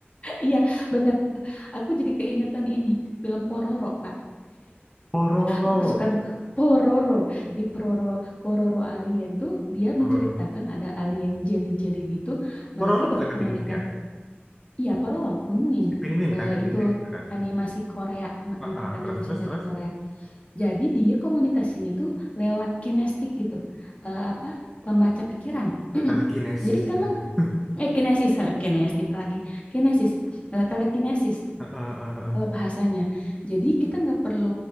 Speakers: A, on the left; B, in the centre.
A: Iya, bener. Aku jadi keingetan ini, film Pororo, Kak.
B: Pororo,
A: Aku suka Pororo. Jadi Pororo Pororo alien tuh dia
B: Pororo.
A: menceritakan ada alien jelly-jelly gitu.
B: Pororo
A: Mereka
B: bukannya
A: berkomunikasi.
B: penguin ya?
A: Iya Pororo Pinguin.
B: Penguin
A: Eh,
B: kan, ya,
A: itu
B: penguin itu kan.
A: animasi Korea. Heeh,
B: Ah, ah,
A: animasi
B: terus terus
A: dari
B: terus.
A: Korea. Jadi dia komunikasinya tuh lewat kinestik gitu. Eh, apa pembaca pikiran. <clears throat>
B: telekinesis
A: Jadi kamu
B: gitu kan.
A: eh kinesis, <laughs> kinestik lagi. Kinesis, eh, telekinesis
B: Heeh, heeh, heeh,
A: kalau bahasanya. Jadi kita nggak perlu